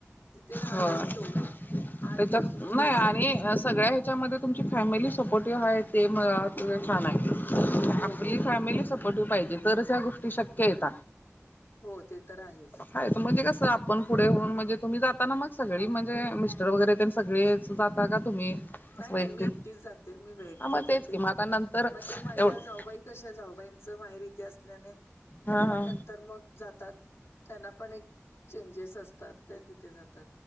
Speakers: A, on the left; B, on the left.
A: तिथे राहणार
B: होय
A: केवढं आठ
B: त्याच्यात
A: दिवस उठले
B: नाही
A: असे
B: आणि
A: की
B: सगळ्या ह्याच्यामध्ये तुमची फॅमिली सपोर्टिव्ह आहे ते म अ ग छान आहे.
A: हो,
B: आपली
A: हो.
B: फॅमिली सपोर्टिव्ह पाहिजे तरच या गोष्टी शक्य येत.
A: हो ते तर आहेच.
B: आहे तर म्हणजे कस <unintelligible> आपण पुढे होऊन म्हणजे तुम्ही जाता ना मग सगळी म्हणजे मिस्टर वगैरे सगळे जाता का तुम्ही
A: नाही
B: असं
A: नाही
B: एकटे
A: मी एकटीच जाते मी एकटीच
B: हा मग
A: जाते
B: तेच की मग आता नंतर
A: मग ते माझ्या
B: एवढं
A: जाऊबाई कशा जाऊबाईच माहीर इथे असल्याने त्या
B: हा
A: पण
B: हा
A: नंतर मग. जातात त्यांना पण एक चेंजेस असतात ते तिथे जातात.